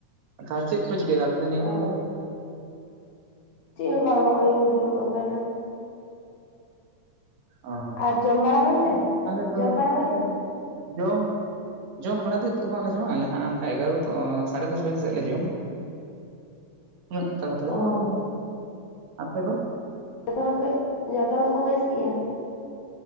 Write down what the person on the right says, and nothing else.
ᱛᱟᱦᱚᱞᱮ ᱪᱮᱫ ᱠᱚ ᱪᱤᱠᱟᱹᱭ ᱫᱟ <unintelligible> ᱱᱤᱭᱟᱹ
ᱜᱷᱟᱲᱤ ᱫᱚ
ᱚ
ᱟᱞᱮ ᱫᱚ
ᱡᱚᱢ ᱡᱚᱢ ᱵᱟᱲᱟ ᱫᱚ ᱱᱤᱛᱚᱜ ᱵᱟᱝ ᱞᱮ ᱡᱚᱢᱟ᱾ ᱟᱞᱮ ᱦᱟᱸᱜ ᱚᱱᱠᱟ ᱮᱜᱟᱨᱚ ᱛᱚ ᱥᱟᱲᱮ ᱫᱚᱥ ᱵᱟᱡᱮ ᱥᱮᱫ ᱞᱮ ᱡᱚᱢᱟ᱾ ᱩᱱᱟᱹᱜ ᱛᱟᱲᱟ ᱛᱟᱲᱤ ᱫᱚ,
ᱵᱟᱝᱞᱮ ᱡᱚᱢᱼᱟ, ᱟᱯᱮ ᱫᱚ?